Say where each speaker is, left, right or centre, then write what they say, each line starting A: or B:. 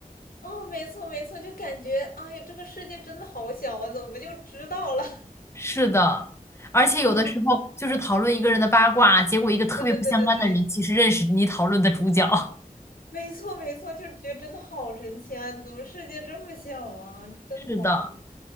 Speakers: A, on the left; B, on the left.
A: 哦，没错没错，就感觉哎呀，这个世界真的好小啊，怎么就知道了？
B: 是的，而且有的时候就是讨论一个人的八卦，
A: <laughs> 嗯，
B: 结果一个特别不相干的人其实认识你讨论的主角。
A: 对对对对对，
B: <laughs>
A: 没错没错，就是觉得真的好神奇啊，怎么世界这么小啊？真的好神奇
B: 是的，